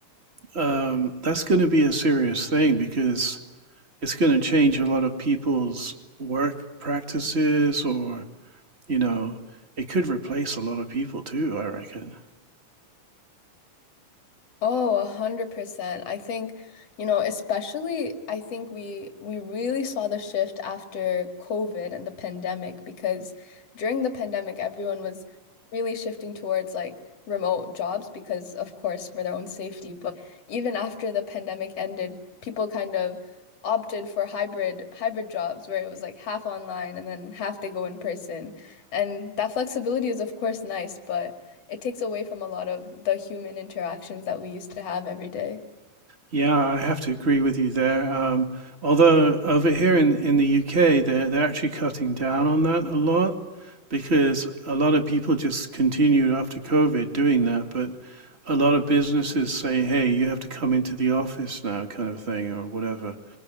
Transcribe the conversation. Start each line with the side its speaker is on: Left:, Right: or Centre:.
Right: Um, that's going to be a serious thing because it's going to change a lot of people's work practices, or you know, it could replace a lot of people too, I reckon.
Left: Oh, a hundred percent. I think, you know, especially I think we we really saw the shift after COVID and the pandemic because during the pandemic everyone was really shifting towards like remote jobs because of course for their own safety. But even after the pandemic ended, people kind of opted for hybrid hybrid jobs where it was like half online and then half they go in person. And that flexibility is of course nice, but it takes away from a lot of the human interactions that we used to have every day.
Right: Yeah, I have to agree with you there. Um, although over here in, in the UK, they're they're actually cutting down on that a lot because a lot of people just continued after COVID doing that. But a lot of businesses say, "Hey, you have to come into the office now," kind of thing, or whatever.